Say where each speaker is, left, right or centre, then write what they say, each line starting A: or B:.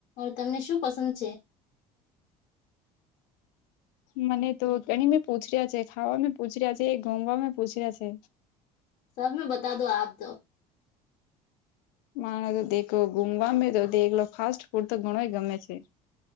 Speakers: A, on the left; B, on the left.
A: તમને શું પસંદ છે.
B: મને તો ગણી મેં પૂછ રહ્યા છે ખાવાણુ પૂછ રહ્યા છે ગમવાવામાં પૂછ રહ્યા છે.
A: સબ મે બતા દો આપ તો.
B: મા તો દ ગુમવામે તો એકલો ફાસ્ટ ફૂડ તો ઘણોય ગમે છે.